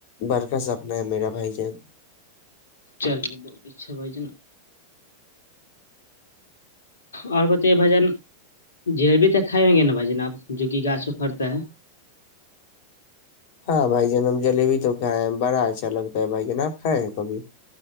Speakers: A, on the left (about 45°); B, on the left (about 65°).
A: بر کا سپنا ہے میرا بھائی جان
B: چلے بہت اچھا بھائی ج ن اور بتے بھجن جلیبی تو کھائے ہوں گے نا بھجن اب جوک گاھ و پھرتا ہے
A: ہاں بھائی جان اب جلیبی تو کھائے ہیں بڑا اچھا لگتا ہے بھائی جان آپ کھائے ہیں کبھی